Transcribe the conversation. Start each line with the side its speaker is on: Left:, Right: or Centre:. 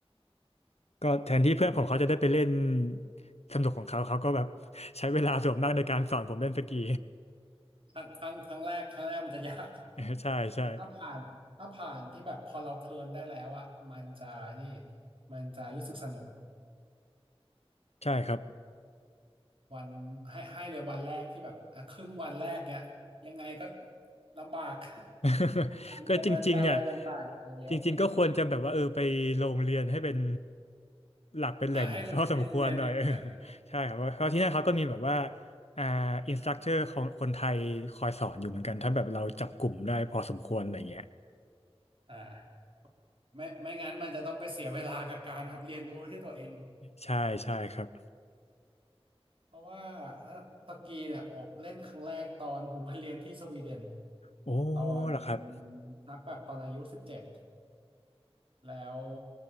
Left: ก็แทนที่เพื่อนผมเขาจะได้ไปเล่นสนุกของเขาเขาก็แบบใช้เวลาส่วนมากในการสอนผมเล่นสกี
Right: ครั้งครั้งครั้งแรกครั้งแรกมันจะยาก
Left: <laughs> ใช่ใช่
Right: แต่ถ้าผ่านถ้าผ่านที่แบบพอเราเทิร์นได้แล้วอ่ะมันจะนี่มันจะรู้สึกสนุก
Left: ใช่ครับ
Right: วันให้ให้เลยวันแรกที่แบบอ่ะครึ่งวันแรกเนี่ยยังไงก็ลำบาก
Left: <laughs>
Right: <laughs> การเดินการอะไรต่างๆเอาเดี๋ยว
Left: ก็จริงๆอ่ะจริงๆก็ควรจะแบบว่าเออไปโรงเรียนให้เป็นหลักเป็นแหล่งพอสมควรหน่อย
Right: อ่ะให้โรงให้โรงเรียนไปกินอ่ะ
Left: <laughs> เออใช่ครับเพราะเพราะที่นั่นเขาก็มีแบบว่าอ่าอินสตรัคเตอร์ของคนไทยคอยสอนอยู่เหมือนกันถ้าแบบเราจับกลุ่มได้พอสมควรอะไรเงี้ย
Right: อ่าไม่ไม่งั้นมันจะต้องไปเสียเวลากับการแบบเรียนรู้ที่ตัวเอง
Left: ใช่ใช่ครับ
Right: เพราะว่าเอ่อสกีเนี่ยโอบเล่นครั้งแรกตอนผมไปเรียนที่สวีเดน
Left: โอ้
Right: ตอนอืม
Left: เหรอครับ
Right: นักแบบตอนอายุสิบเจ็ดแล้ว